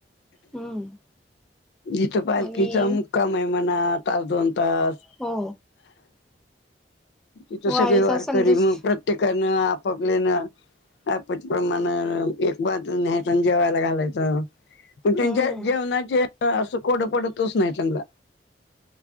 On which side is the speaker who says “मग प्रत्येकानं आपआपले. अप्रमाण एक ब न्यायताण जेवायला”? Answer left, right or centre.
Left